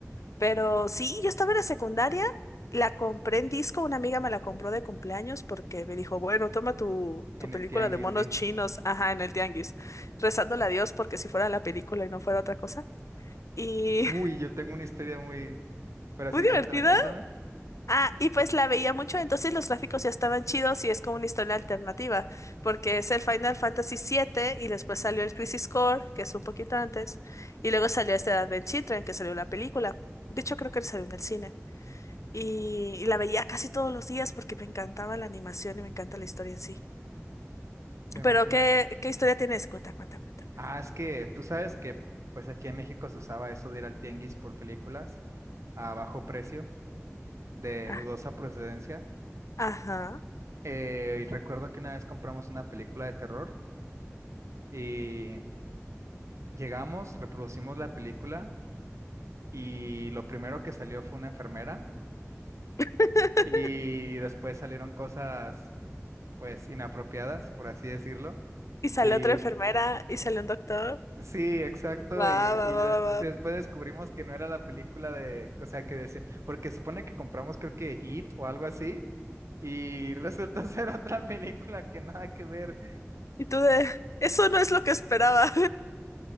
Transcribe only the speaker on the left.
Pero sí, yo estaba en la secundaria, la compré en disco, una amiga me la compró de cumpleaños porque me dijo, bueno, toma tu, tu
película
de monos
chinos, ajá, en el tianguis, rezándole a Dios porque si fuera la película y no fuera otra cosa. Y
<laughs>
muy
divertida.
Ah, y pues la veía mucho, entonces los gráficos ya estaban chidos y es como una historia alternativa, porque es el Final Fantasy siete y después salió el Crisis Core, que es un poquito antes, y luego salió este Advent Children, que salió la película. De hecho, creo que salió en el cine. y, y la veía casi todos los días porque me encantaba la animación y me encanta la historia en sí.
Pero ¿qué, qué historia tienes? Cuenta, cuenta, cuenta, cuenta.
Ah,
ajá.
<laughs>
Y sale
otra enfermera y sale un doctor.
Va,
va, va,
va,
va.
Y tú de, eso no es lo que esperaba.